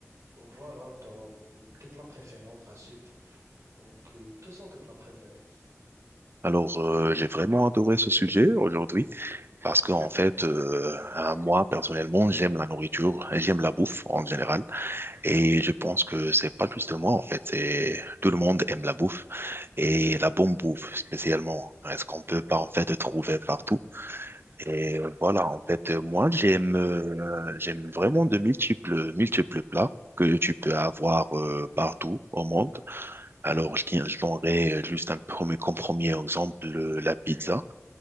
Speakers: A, on the right; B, on the right.
A: donc voilà, ton- tes plats préférés en principe. Donc, euh, quels sont tes plats préférés?
B: Alors, euh, j'ai vraiment adoré ce sujet aujourd'hui parce qu'en fait, euh, euh, moi personnellement, j'aime la nourriture, et j'aime la bouffe en général, et je pense que c'est pas juste moi en fait, c'est tout le monde aime la bouffe et la bonne bouffe spécialement. Est-ce qu'on peut
A: Ouais.
B: pas en fait trouver partout? Et euh, voilà, en fait, euh, moi j'aime euh, j'aime vraiment de multiples multiples plats que tu peux avoir euh, partout au monde. Alors, je tiens- je donnerai juste un premier, comme premier exemple euh, la pizza.